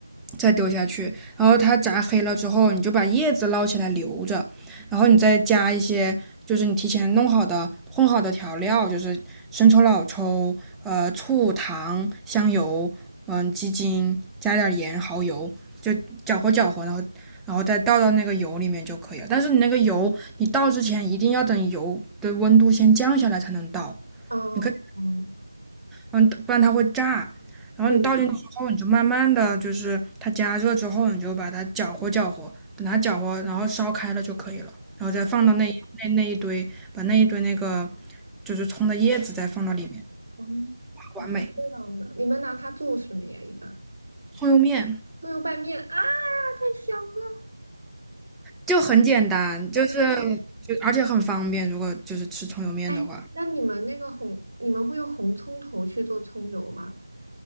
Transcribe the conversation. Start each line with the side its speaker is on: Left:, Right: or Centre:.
Centre: 再丢下去，然后它炸黑了之后，你就把叶子捞起来留着，然后你再加一些就是你提前弄好的混好的调料，就是生抽、老抽、呃醋、糖、香油，嗯、呃鸡精，加点盐、蚝油，就搅和搅和，然后然后再倒到那个油里面就可以了。但是你那个油，你倒之前一定要等油的温度先降下来才能倒，
Right: 哦，
Centre: 你可
Right: 哦，
Centre: 嗯，不然它会炸。然后你倒进去之后，
Right: 对，
Centre: 你就慢慢的就是它加热之后，你就把它搅和搅和，等它搅和，然后烧开了就可以了。然后再放到那一那那一堆，
Right: 嗯，
Centre: 把那一堆那个就是葱的叶子再放到里面，
Right: 嗯
Centre: 完美。
Right: 这样的，你们拿它做什么呀？一般
Centre: 葱油面
Right: 葱油拌面啊，太香了，
Centre: 就很简单，
Right: 香了。
Centre: 就是就而且很方便。如果就是吃葱油面的话，
Right: 哎，那你们那个红，你们会用红葱头去做葱油吗？